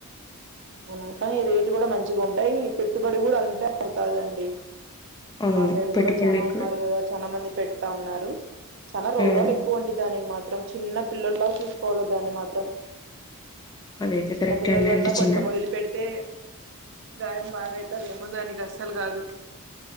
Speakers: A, on the right; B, on the left.
A: అవునా కానీ ఈ రేటు కూడా మంచిగా ఉంటాయి ఈ పెట్టుబడి కూడా అంతే అవుతాదండి
B: అవునవును
A: మా సైడ్
B: పెట్టుబడులు
A: కూడా చనా
B: ఎక్కువే
A: ఉన్నారు కదా చనా మంది పెడతా ఉన్నారు చాలా రోగాలు
B: ఉమ్
A: ఎక్కువ అండి దానికి మాత్రం చిన్న పిల్లల్లా చూసుకోవాల దాన్ని మాత్రం
B: అదైతే
A: చిన్నపిల్లలన్నా
B: కరెక్ట్ అండి అంటే చిన్న
A: కొంచెం వొదిలిపెడితే గాయం మాగైతే అదేమో దానికి అస్సలు కాదు